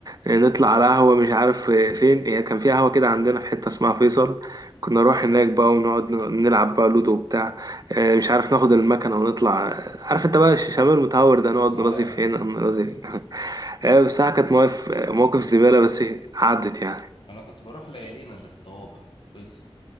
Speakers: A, on the right; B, on the left.
A: آه، نطلع على قهوة مش عارف آه، فين هي كان في قهوة كده عندنا في حتة اسمها فيصل كنا نروح هناك بقى ونقعد نلعب بقى لودو وبتاع آه، مش عارف ناخد المكنة ونطلع عارف انت بقى الشمال المتهور ده نقعد
B: عارف
A: نرازي هنا نرازي <laughs> آه، بصراحة كانت مواقف مواقف زبالة بس عدت يعني
B: انا كنت بروح ليالينا اللي في الطوابق فيصل